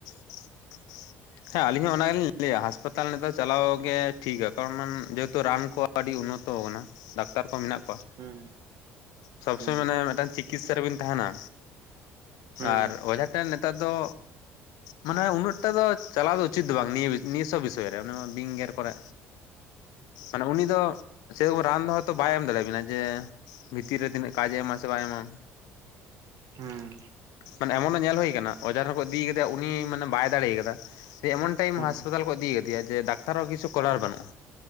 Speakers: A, on the left; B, on the right.
A: <inaudible> <inaudible> ᱦᱮᱸ ᱟᱞᱤᱧ ᱦᱚᱸ ᱚᱲᱟ ᱜᱮᱞᱤᱧ ᱞᱟᱹᱭᱟ, ᱦᱟᱸᱥᱯᱟᱛᱟᱞ ᱱᱮᱛᱟᱨ ᱪᱟᱞᱟᱣ ᱜᱮ ᱴᱷᱤᱠᱼᱟ ᱾ᱠᱟᱨᱚᱱ ᱡᱚᱛᱚ ᱨᱟᱱ ᱠᱚ ᱟᱹᱰᱤ ᱩᱱᱚᱛᱚ ᱟᱠᱟᱱᱟ, ᱰᱟᱠᱛᱟᱨ ᱠᱚ ᱢᱮᱱᱟᱜ
B: ᱦᱩᱸ
A: ᱥᱚᱵ
B: ᱦᱩᱸ
A: ᱥᱚᱢᱚᱭ ᱢᱟᱱᱮ, ᱢᱤᱫᱴᱟᱝ ᱪᱤᱠᱤᱥᱟ ᱨᱮᱵᱤᱱ ᱛᱟᱦᱮᱱᱟ᱾
B: ᱦᱩᱸ
A: ᱟᱨ ᱚᱡᱷᱟ ᱴᱷᱮᱱ ᱱᱮᱛᱟᱨ ᱫᱚ ᱢᱟᱱᱮ ᱩᱱᱟᱹᱜᱴᱟ ᱫᱚ ᱪᱟᱞᱟᱣ ᱫᱚ ᱩᱪᱤᱛ ᱫᱚ ᱵᱟᱝ ᱱᱤᱭᱟᱹ ᱱᱤᱭᱟᱹ ᱥᱚᱵ ᱵᱤᱥᱚᱭ ᱨᱮ ᱾ᱵᱤᱧ ᱜᱮᱨ ᱠᱚᱨᱮ᱾ ᱢᱟᱱᱮ ᱩᱱᱤ ᱫᱚ ᱥᱮ ᱨᱚᱠᱚᱢ ᱨᱟᱱ ᱫᱚ ᱦᱚᱭᱛᱳ ᱵᱟᱭ ᱮᱢ ᱫᱟᱲᱮᱭᱟᱵᱮᱱᱟ ᱡᱮ, ᱵᱷᱤᱛᱤᱨ ᱨᱮ ᱛᱤᱱᱟᱹᱜ ᱠᱟᱡᱮ ᱮᱢᱟ ᱥᱮ ᱵᱟᱭ ᱮᱢᱟ᱾
B: ᱦᱩᱸ᱾
A: ᱢᱟᱱᱮ ᱮᱢᱚᱱ ᱦᱚᱸ ᱧᱮᱞ ᱦᱩᱭ ᱠᱟᱱᱟ, ᱚᱡᱷᱟ ᱨᱮᱠᱚ ᱤᱫᱤ ᱠᱟᱮᱭᱟ, ᱩᱱᱤ ᱢᱟᱱᱮ ᱵᱟᱭ ᱫᱟᱲᱮ ᱠᱟᱫᱟ᱾ ᱡᱮ ᱮᱢᱚᱱ ᱴᱟᱭᱤᱢ
B: ᱦᱩᱸ
A: ᱦᱟᱥᱯᱟᱛᱟᱞ ᱠᱚ ᱤᱫᱤ ᱠᱟᱫᱮᱭᱟ, ᱡᱮ ᱫᱟᱠᱛᱟᱨ ᱦᱚᱸ ᱠᱤᱪᱷᱩ ᱠᱚᱨᱟᱨ ᱵᱟᱹᱱᱩᱜᱼᱟ᱾